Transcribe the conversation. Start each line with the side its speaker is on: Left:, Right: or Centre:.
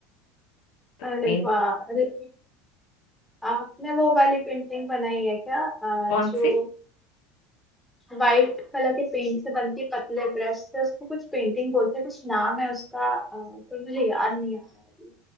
Left: तो
Centre: अरे
Left: पेंट
Centre: वाह अरे आपने वो वाली पेंटिंग बनाई है क्या अ,
Left: कौन
Centre: जो
Left: सी
Centre: वाइट कलर के पेंट से बनती है पतले ब्रश से उसको कुछ पेंटिंग बोलते हैं कुछ नाम है उसका अ, पर मुझे याद नहीं आ रहा है अभी